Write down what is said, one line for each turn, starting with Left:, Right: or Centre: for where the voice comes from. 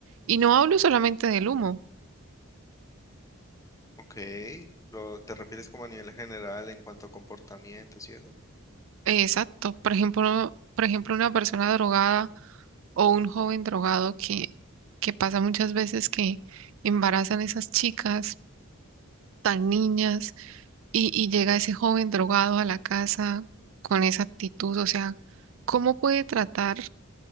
Right: Y no hablo solamente del humo.
Left: Ok. Lo, ¿te refieres como a nivel general en cuanto a comportamientos y eso? Ok,
Right: Exacto. Por ejemplo, por ejemplo, una persona drogada o un joven drogado que, que pasa muchas veces que embarazan esas chicas tan niñas y, y llega ese joven drogado a la casa con esa actitud. O sea, ¿cómo puede tratar